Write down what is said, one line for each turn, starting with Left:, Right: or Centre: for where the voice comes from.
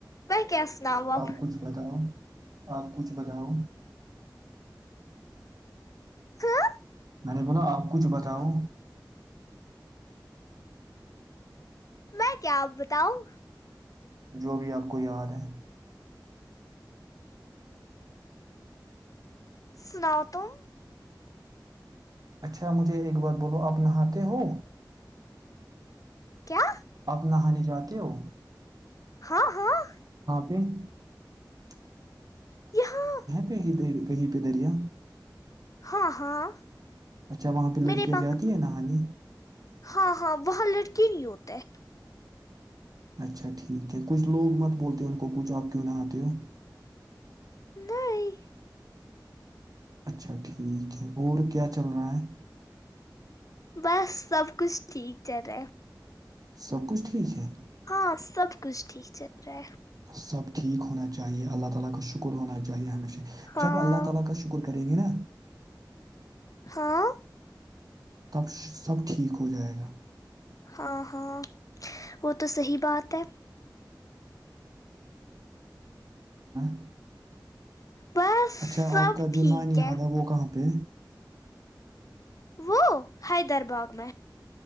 Left: پ کیا سناؤں اب
Right: آپ کچھ بتاؤ آپ کچھ بتاؤ
Left: ہ <unintelligible>
Right: میں نے بولا آپ کچھ بتاؤ
Left: میں کیا آپ بتاؤں
Right: جو بھی آپ کو یاد ہے
Left: سناؤ تم
Right: اچھا مجھے ایک بار بولو آپ نہاتے ہو
Left: کیا
Right: آپ نہانے جاہے ہو
Left: ہاں ہاں
Right: ج
Left: یہاں
Right: کہیں در- کہیں پہ دریا
Left: ہاں ہاں
Right: اچھا وہاں پہ لڑکیاں
Left: میرے پاس
Right: جاتی ہیں نہ ہانی
Left: ہاں ہاں وہاں لڑکی نہیں ہوتا ہے
Right: اچھا ٹھیک ہے کچھ لوگ مت بولتے ہیں ان کو کچھ آپ کیوں نہ آتے ہو
Left: نہیں
Right: اچھا ٹھیک ہے اور کیا چل رہا ہے
Left: بس سب کچھ ٹھیک چ رہا
Right: سب کچھ ٹھیک ہے
Left: ہاں سب کچھ ٹھیک چل رہا ہے
Right: سب ٹھیک ہونا چاہیے اللہ تعالی کا شکر ہونا جب
Left: ہاں
Right: اللہ تعالی کا شکر کریں گے نا
Left: ہاں
Right: تب سب ٹھیک ہو جائے گا
Left: ہاں ہاں وہ تو صحیح بات ہے
Right: ہ <unintelligible>
Left: بس
Right: اچھا
Left: سب
Right: آپ کا جو
Left: ٹھیک
Right: نانی حال ہے وہ کہاں پہ
Left: وہ حیدرباغ میں